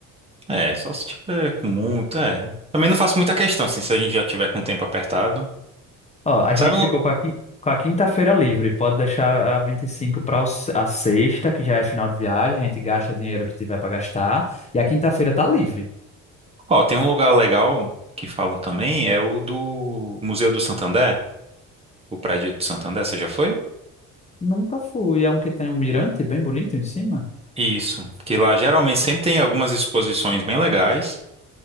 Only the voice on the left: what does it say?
Ó, a
gente
ficou com a quin- com a quinta-feira livre. Pode deixar a 25 para a sexta, que já é final de viagem. A gente gasta dinheiro que tiver para gastar. E a quinta-feira tá livre.
Nunca fui. É um que tem um mirante bem bonito em cima.